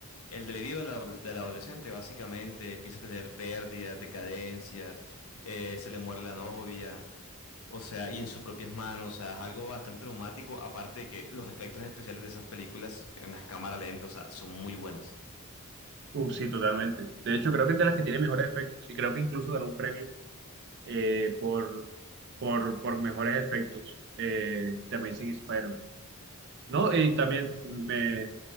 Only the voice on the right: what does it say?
Uh, sí, totalmente. De hecho, creo que es de las que tiene mejores efectos, y creo que incluso ganó un premio eh, por, por, por mejores efectos. Eh, The Amazing Spider-Man. No, y también me,